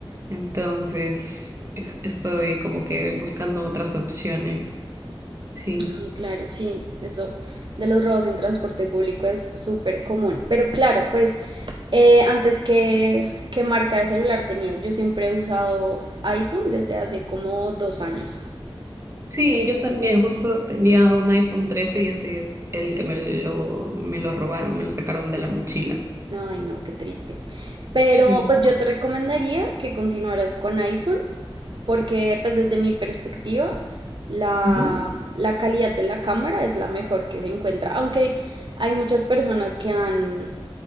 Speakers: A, on the right; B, on the right.
A: Entonces eh, estoy como que buscando otras opciones. Sí.
B: Ay, claro, sí, eso de los robos en transporte público es súper común. Pero claro, pues eh, antes que, ¿qué marca de celular tenías? Yo siempre he usado iPhone desde hace como dos años.
A: Sí, yo también justo tenía un iPhone 13 y ese es el que me lo, me lo robaron, me lo sacaron de la mochila.
B: Ay, no, qué triste. Pero
A: Sí,
B: pues yo te recomendaría que continuaras con iPhone, porque pues desde mi perspectiva la,
A: ujú,
B: la calidad de la cámara es la mejor que se encuentra, aunque hay muchas personas que han